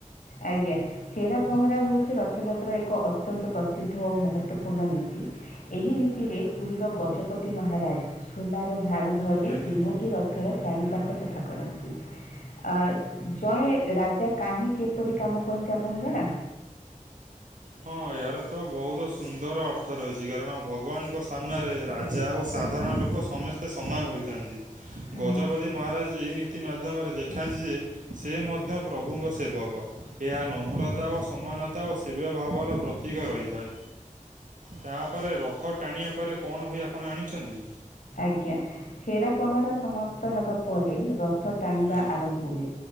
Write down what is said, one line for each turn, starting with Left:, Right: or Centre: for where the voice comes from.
Left: ଆଜ୍ଞା। ଛେରା ପହଁରା ହେଉଛି ରଥଯାତ୍ରା ଏକ ଅତ୍ୟନ୍ତ ପ୍ରସିଦ୍ଧ ଓ ମହତ୍ତ୍ଵପୂର୍ଣ୍ଣ ନୀତି ଏହି ନୀତିରେ ପୁରୀର ଗଜପତି ମହାରାଜ ସୁନାର ଝାଡୁ ଧରି
Right: ଆଜ୍ଞା।
Left: ତିନି ରଥର ଚାରିପାଖ ସଫା କରନ୍ତି। ଅ ଜଣେ ରାଜା କାହିଁକି କିପରି କାମ କରନ୍ତି ଆପଣଙ୍କୁ ଜଣା?
Right: ହଁ ଏହାର ତ ବହୁତ ସୁନ୍ଦର ଅର୍ଥ ରହିଛି କାରଣ ଭଗବାନଙ୍କ ସାମ୍ନାରେ ରାଜା ଓ ସାଧାରଣ ଲୋକ ଲୋକ ସମସ୍ତେ ସମାନ ହୋଇଥାନ୍ତି
Left: ହୁଁ,
Right: ଗଜପତି
Left: ହୁଁ।
Right: ମହାରାଜ ଏହି ନୀତି ମାଧ୍ୟମରେ ଦେଖାନ୍ତି ଯେ ସେ ମଧ୍ୟ ପ୍ରଭୁଙ୍କ ସେବକ ଏହା ନମ୍ରତା ଓ ସମାନତା ଓ ସେ ପ୍ରିୟ ଭାବର ପ୍ରତୀକ ରହିଥାଏ। ତାପରେ ରଥ ଟାଣିବା ପରେ କଣ ହୁଏ ଆପଣ ଜାଣିଛନ୍ତି।
Left: ଆଜ୍ଞା ଛେରା ପହଁରା ସମାପ୍ତ ହେବା ପରେ ରଥ ଟାଣିବା
Right: ଆଜ୍ଞା
Left: ଆରମ୍ଭ ହୁଏ।